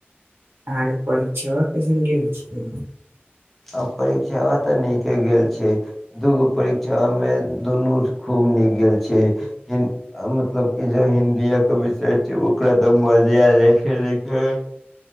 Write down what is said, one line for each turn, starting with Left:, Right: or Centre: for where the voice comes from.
Right: अहांके परीक्षवा कैसन गेल छै?
Centre: आब परीक्षवा तऽ नीके गेल छै। दूगो परीक्षामे दुनू खूब नीक गेल छै, हिं अ मतलब कि जे हिन्दीया के विषय छै ओकरा एकदम मजे आ जाय छै लिखै मे।